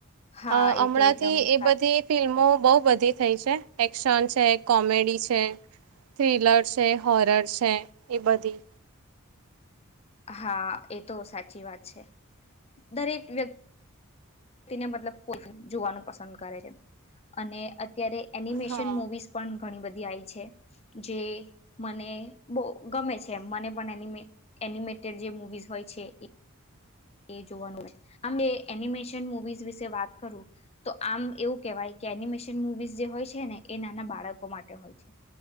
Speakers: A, on the left; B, on the right.
A: હા
B: અ હમણાંથી
A: એ તો એકદમ
B: એ
A: સાચી
B: બધી ફિલ્મો બહુ. બધી થઈ છે, એક્શન છે, કોમેડી છે, થ્રીલર છે, હોરર છે, એ બધી.
A: હા એ તો સાચી વાત છે, દરેક વ્યક્તિ. વ્યક્તિને મતલબ પોતે જોવાનું પસંદ કરે છે અને અત્યારે. એનિમેશન
B: હા
A: મુવીઝ પણ. ઘણી બધી આવી છે જે મને બહુ ગમે છે એ મને પણ એની મે. એનિમેટેડ જે મૂવીઝ હોય છે એ. એ જોવાનું હે અને એનિમેશન મુવીઝ વિશે વાત કરું તો આમ એવું કેવાય કે એનિમેશન મુવીઝ જે હોય છે ને એ નાના બાળકો માટે હોય છે.